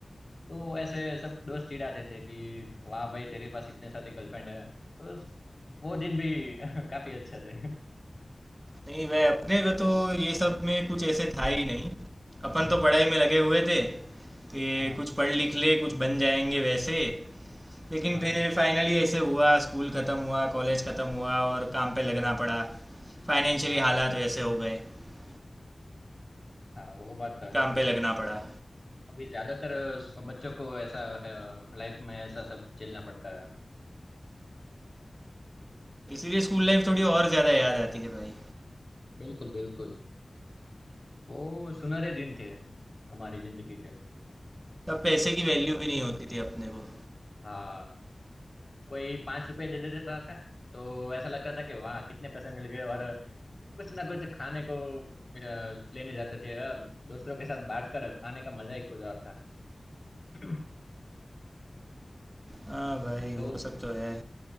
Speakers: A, on the left; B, on the right.
A: तो ऐसे सब दोस्त चिढ़ाते थे कि वाह भाई तेरे पास इतने सारे गर्लफ्रेंड है तो वो दिन भी <laughs> काफी अच्छे थे
B: नहीं भाई अपने को तो ये सब में कुछ ऐसे था ही नहीं अपन तो
A: जी
B: पढ़ाई में लगे हुए थे कि
A: हाँ
B: कुछ पढ़ लिख ले कुछ बन जाएंगे वैसे लेकिन
A: हाँ
B: फिर फाइनली ऐसे हुआ स्कूल ख़त्म हुआ कॉलेज ख़त्म हुआ और काम पे लगना पड़ा फाइनेंशियली
A: हाँ
B: हालात वैसे हो गए कि
A: हाँ, वो बात तो है
B: काम पे लगना पड़ा
A: अभी ज्यादातर अ, बच्चों को ऐसा लाइफ में ऐसा सब झेलना पड़ता है हम्म।
B: इसीलिए स्कूल लाइफ थोड़ी और ज़्यादा याद आती है भाई
A: बिल्कुल बिल्कुल वो सुनहरे दिन थे हमारी जिंदगी के
B: तब पैसे की वैल्यू भी नहीं होती थी अपने को
A: हाँ कोई पांच रुपए दे देता था तो ऐसा लगता था कि वाह कितने पैसे मिल गए और कुछ ना कुछ खाने को अ, लेने जाते थे और दोस्तों के साथ बांट कर खाने का मजा ही कुछ और था <clears throat>
B: हाँ भाई वो
A: तो
B: सब तो है